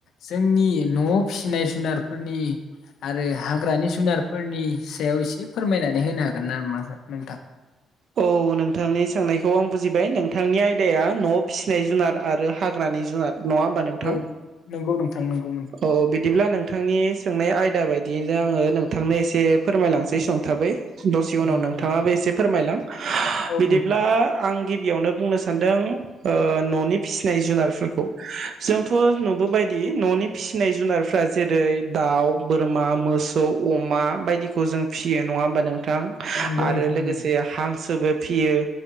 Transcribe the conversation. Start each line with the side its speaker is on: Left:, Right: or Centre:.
Left: जोंनि न'आव फिसिनाय जुनारफोरनि आरो हाग्रानि जुनारफोरनि सायाव एसे फोरमायनानै होनो हागोन ना नामा मो नोंथां
Right: औ नोंथांनि सोंनायखौ आं बुजिबाय नोंथांनि आयदाया न' फिसिनाय जुनार आरो हाग्रानि जुनार नङा होमबा नोंथां
Left: औ नंगौ नोंथां नंगौ नोंथां
Right: औ बिदिब्ला नों नोंथांनि सोंनाय आयदा बायदियैनो आङो नोंथांनो एसे फोरमायलांनोसै सोंथाबै दसे उनाव
Left: नंगौ
Right: नोंथाङाबो एसे फोरमायलां
Left: औ
Right: बिदिब्ला
Left: नोंथां
Right: आं गि गिबियावनो बुंनो सानदों ओ न'नि फिसिनाय जुनारफोरखौ जोंथ' नुबोबायदि न'नि फिसिनाय जुनारफ्रा जेरै दाउ, बोरमा, मोसौ, अमा बायदिखौ जों फिसियो नङा होमबा नों थां
Left: नंगौ
Right: आरो
Left: नोंथां
Right: लोगोसे
Left: नंगौ
Right: हांसोबो फियो